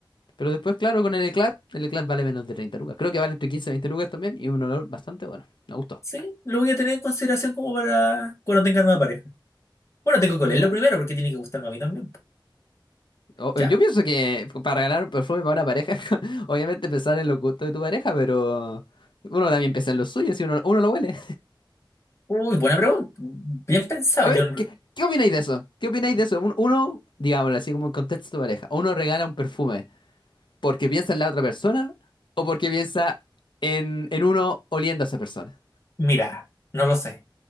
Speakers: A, on the left (about 65°); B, on the left (about 35°).
A: Pero después, claro, con el Eclat, el Eclat vale menos de 30 lucas. Creo que vale entre 15 y 20 lucas también y un olor bastante bueno. Me gustó.
B: Sí, lo voy a tener en consideración como para cuando tenga nueva pareja. Bueno, tengo que
A: Mira,
B: leerlo primero porque tiene que gustarme a mí también.
A: o-
B: ya
A: eh, yo pienso que para ganar un perfume para una pareja, <laughs> obviamente pensar en los gustos de tu pareja, pero uno también piensa en los suyos y uno, uno lo huele.
B: Uy, buena pregunta. Bien
A: <laughs>
B: pensado.
A: A ver,
B: Yo,
A: ¿qué, qué opináis de eso? ¿Qué opináis de eso? Un- Uno, digámoslo así como en contexto de pareja, uno regala un perfume. porque piensa en la otra persona o porque piensa en, en uno oliendo a esa persona.
B: mira, no lo sé.